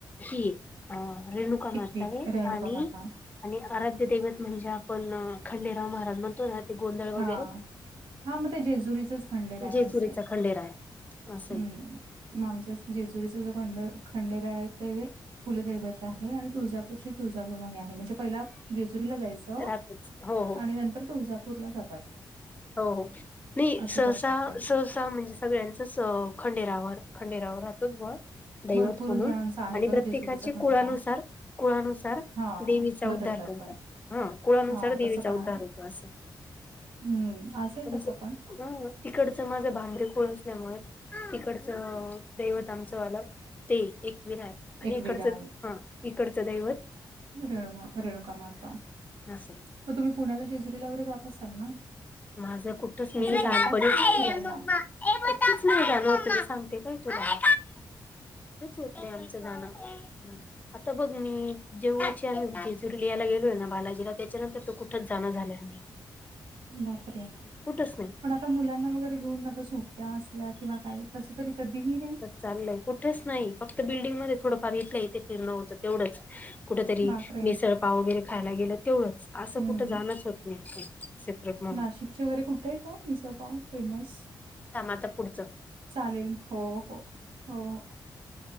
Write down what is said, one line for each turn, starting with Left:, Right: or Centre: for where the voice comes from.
Left: ही. ह रेणुका माताय
Right: एकवीर रेणुका
Left: आणि
Right: माता
Left: आणि आराध्य दैवत म्हणजे आपण खंडेराव महाराज म्हणतो ना. ते गोंधळ वगैरे
Right: हा हा मग ते जेजुरीचाच खंडेराया
Left: जेजुरीचा
Right: असेल.
Left: खंडेराय असं
Right: हम्म
Left: आहे ते.
Right: मग आमचा जेजुरीचा जो खंड खंडेर आहे. कुलदैवता आहे आणि तुळजापूरची तुळजाभगाणी आहे म्हणजे पहिला जेजुरीला जायचं
Left: राहतच हो हो
Right: आणि नंतर तुळजापूरला जातात.
Left: हो हो नाही
Right: असं
Left: सहसा
Right: करतात ते
Left: सहसा म्हणजे सगळ्यांचच खंडेरावर खंडेरावर हातोच ब दैवत
Right: भरपूर
Left: म्हणून
Right: जणांचं आहे
Left: आणि
Right: ग
Left: प्रत्येकाचे
Right: जेजुरीचा खंडोबा
Left: कुळानुसार कुळानुसार
Right: हां,
Left: देवीचा
Right: बदलतात
Left: उद्धार करतात
Right: पण.
Left: हा कुळानुसार
Right: हां,
Left: देवीचा
Right: तसं पण
Left: उद्धार
Right: आहे.
Left: होतो असे
Right: हं, असेल
Left: आमचे
Right: तसं पण.
Left: हां. तिकडचं माझं भांबरे कुळ असल्यामुळे तिकडचं. दैवत आमचं आलं ते एकविर आहे आणि
Right: एकविरा
Left: इकडचं हा इकडचं दैवत
Right: रेणु रेणुका मात्ता मग
Left: असं
Right: तुम्ही पुण्याला जेजुरीला वगैरे जात असाल ना.
Left: माझं कुठच नाही
Right: असं
Left: लहानपणी
Right: जाता की नाही
Left: च
Right: फिरायला?
Left: नाही त्या म तला सांगते काय तुला च होत नाही आमचं जाणं आता बघ मी जेव्हाची आम्ही जेजूरी लिहाला गेलोय ना बालाजीला त्याच्यानंतर तो कुठंच जाणं झाल्या नाही.
Right: बापर
Left: कुठंच नाही
Right: पण आता मुलांना वगैरे घेऊन आता सुट्ट्या असल्या किंवा काय तस तरी कधीही नाही
Left: चालय कुठेच नाही फक्त बल्डिंग म थडंफारथलंय इथे फिरणं होतं. तेवढंच कुठ तरी
Right: बापरे!
Left: मिसळपाव वगैरे खायला गेलं. तेवढंच असं
Right: हं.
Left: कुठं जाणंच होत नाही काही सेपरेट म्हणून
Right: नाशिकचे वरे कुठे आहे का निझं पाव फेमस.
Left: थांमाता पुढचं.
Right: चालेल हो हो हो हो.